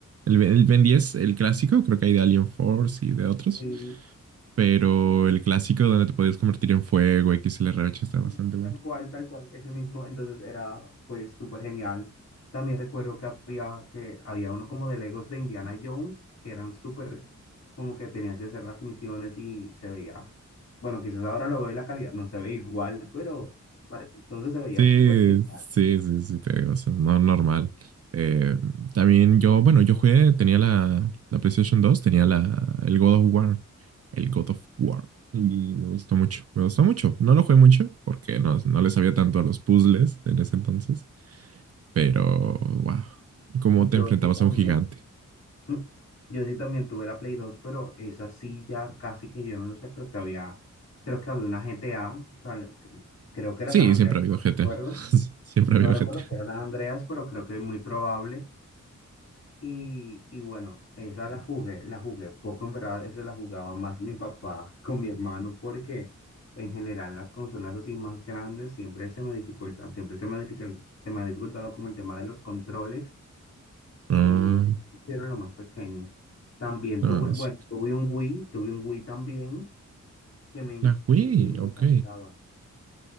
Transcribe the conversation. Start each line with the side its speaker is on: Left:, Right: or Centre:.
Right: El, Ben- el Ben diez, el clásico, creo que hay de Alien Force y de otros,
Left: Sí,
Right: pero el clásico donde te podías convertir en fuego, XLR8, está
Left: sí,
Right: bastante bueno.
Left: Tal cual, tal cual, ese mismo, entonces era pues súper genial. También recuerdo que había, que había uno como de Legos de Indiana Jones, que eran súper, como que tenías que hacer las misiones y se veía, bueno, quizás ahora lo veo y la calidad no se ve igual, pero para ese entonces se veía
Right: Sí,
Left: súper genial.
Right: sí, sí, sí, te digo, o sea, no normal. Eh, también yo, bueno, yo jugué, tenía la, la PlayStation 2, tenía la, el God of War, el God of War, y me gustó mucho, me gustó mucho. No lo jugué mucho porque no, no le sabía tanto a los puzzles en ese entonces, pero, wow, cómo
Left: Yo
Right: te enfrentabas
Left: sí también.
Right: a un gigante.
Left: Mm. Yo sí también tuve la Play dos pero esa sí ya casi que yo no lo sé. Creo que había, creo que había una GTA, probable- creo que era
Right: Sí,
Left: San Andreas,
Right: siempre ha
Left: no
Right: habido GTA,
Left: recuerdo.
Right: <laughs> siempre
Left: No
Right: ha habido
Left: recuerdo
Right: GTA.
Left: si era San Andreas, pero creo que es muy probable. Y, y bueno, esa la jugué, la jugué poco, en verdad, esa la jugaba más mi papá con mi hermano, porque en general las consolas así más grandes siempre se me dificultan, siempre se me dificul- se me ha dificultado como el tema de los controles
Right: Ah,
Left: y sí, hicieron lo más pequeño. También
Right: ah,
Left: tuve, bueno,
Right: sí.
Left: tuve un Wii, tuve un Wii también, que me,
Right: la Wii,
Left: el Wii me
Right: ok.
Left: encantaba.